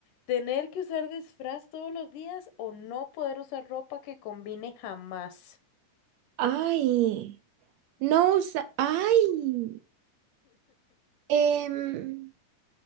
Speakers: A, on the left; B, on the right.
A: ¿Tener que usar disfraz todos los días o no poder usar ropa que combine jamás?
B: Ay, no usa, ay, em,